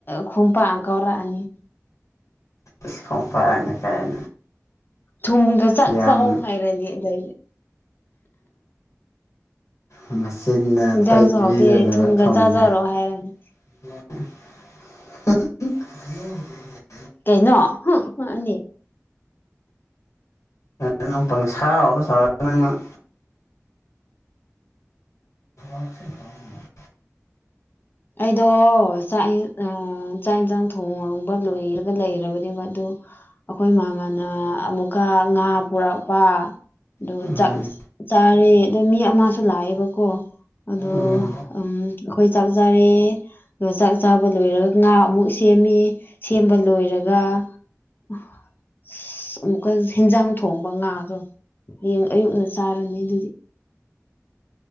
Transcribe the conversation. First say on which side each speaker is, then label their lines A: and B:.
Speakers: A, on the left; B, on the left.
A: ꯈ‌ꯣꯡꯄꯥꯛꯅ ꯀꯥꯎꯔꯛꯑꯅꯤ
B: ꯏꯁ ꯈꯣꯡꯄꯥꯛꯅ ꯀꯥꯏꯅ
A: ꯊꯨꯝꯒ ꯆꯥꯛ
B: ꯌꯥꯝ
A: ꯆꯥꯎ ꯍꯥꯏꯔꯅꯤ ꯑꯗꯩꯗꯤ
B: ꯎ ꯃꯆꯤꯟꯗ
A: ꯏꯟꯖꯥꯡꯁꯨ
B: ꯇꯩꯕꯤꯗ‌ꯣꯏꯅ‌ꯦꯕ
A: ꯍꯥꯎꯇꯦ ꯊꯨꯝꯒ
B: ꯊꯨꯝꯅ
A: ꯆꯥꯖꯔꯣ ꯍꯥꯏꯔꯅꯤ
B: <unintelligible> <unintelligible>
A: ꯀꯩꯅꯣ ꯍ‌ꯨꯠ <unintelligible>
B: <unintelligible> ꯅꯪꯅ <unintelligible>
A: ꯑꯩꯗꯣ ꯆꯥꯛ ꯏꯟ ꯑ ꯆꯥꯛ ꯏꯟꯁꯥꯡ ꯊꯣꯡꯕ ꯂꯣꯏꯔ ꯂꯩꯔꯕꯅꯦꯕ ꯑꯗꯨ ꯑꯩꯈꯣꯏ ꯃꯥꯝꯃ ꯑ ꯑꯃꯨꯛꯀ ꯉꯥ ꯄꯨꯔꯛꯄ ꯑꯗꯨ
B: ꯎꯝ
A: ꯆꯥꯛ ꯆꯥꯔꯦ ꯑꯗꯣ ꯃꯤ ꯑꯃꯁꯨ ꯂꯥꯛꯑꯦꯕꯀꯣ ꯑꯗꯣ
B: ꯎꯝ
A: ꯎꯝ ꯑꯩꯈꯣꯏ ꯖꯥꯔꯦ ꯆꯥꯛ ꯆꯥꯕ ꯂꯣꯏꯔꯒ ꯉꯥ ꯑꯃꯨꯛ ꯁꯦꯝꯃꯤ ꯁꯦꯝꯕ ꯂꯣꯏꯔꯒ ꯑ ꯑꯁ ꯑꯃꯨꯛꯀ ꯍꯦꯟꯖꯥꯡ ꯊꯣꯡꯕ ꯉꯥꯗꯣ ꯍꯌꯦꯡ ꯑꯌꯨꯛꯅ ꯆꯥꯔꯅꯤ ꯑꯗꯨꯒꯤ